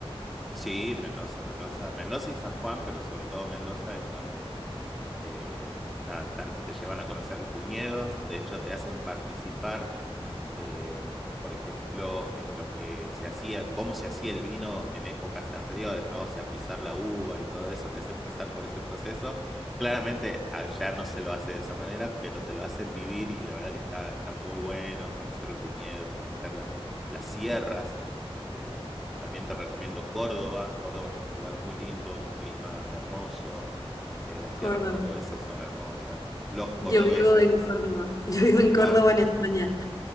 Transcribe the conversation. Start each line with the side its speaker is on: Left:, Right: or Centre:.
Centre: Sí, Mendoza, Mendoza, Mendoza y San Juan, pero sobre todo Mendoza es donde eh, nada, están- te llevan a conocer los viñedos, de hecho te hacen participar eh, por ejemplo, en lo que se hacía, cómo se hacía el vino en épocas anteriores, ¿no? O sea, pisar la uva y todo eso, te hacen pasar por ese proceso. Claramente allá no se lo hace de esa manera, pero te lo hacen vivir y la verdad que está, está muy bueno conocer los viñedos, conocer las, las sierras. Este, también te recomiendo Córdoba. Córdoba es un lugar muy lindo, un clima hermoso. eh, las sierras
Left: Córdoba.
Centre: cordobesas son hermosas. Los cordobeses,
Left: Yo vivo en Córdoba. <laughs> Yo vivo en Córdoba,
Centre: ¿ah?
Left: en España.